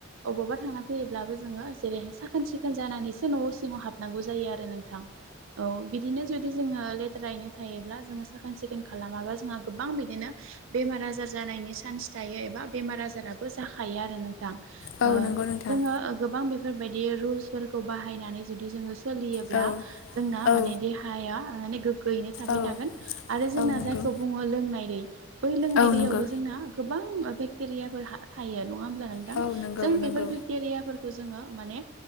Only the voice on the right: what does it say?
अबावबा थांना फैयोब्लाबो जोङो जेरैहाय साखोन सिखोन जानानैसो न' सिङाव हाबनांगौ जायो आरो नोंथां। औ बिदिनो जुदि जोङो लेथ्रायैनो थायोब्ला जोङो साखोन सिखोन खालामाबा जोङा गोबां बिदिनो बेमार आजार जानायनि चान्स थायो एबा बेमार आजाराबो जाखायो आरो नोंथां।
ओ
जोङो गोबां बेफोरबायदि रुल्सफोरखौ बाहायनानै जुदि जोङो सोलियोब्ला
जोंना
माने देहा या माने गोग्गोयैनो थाबाय
थागोन आरो जोंना
जायखौ बुङो लोंनाय दै बै लोंनाय
दैयावबो
जोंना गोबां बेक्टेरियाफोर हा थायो नङा ओमब्ला नोंथां
जों
बेफोर बेक्टेरियाफोरखौ जोङो माने